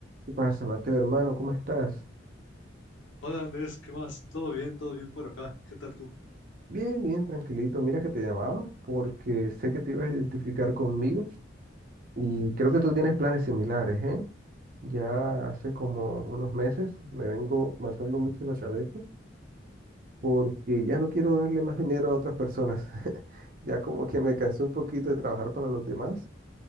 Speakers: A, on the right; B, on the left.
A: ¿Qué pasa, Mateo, hermano? ¿Cómo estás?
B: Hola Andrés, ¿qué más? ¿Todo bien? ¿Todo bien por acá? ¿Qué tal tú?
A: Bien, bien, tranquilito. Mira que te llamaba porque sé que te ibas a identificar conmigo y creo
B: Ujú.
A: que tú tienes planes similares, ¿eh? Ya hace como unos meses me vengo matando mucho la cabeza porque ya no quiero darle más dinero a otras personas. <laughs> Ya como que me cansé un poquito de trabajar para los demás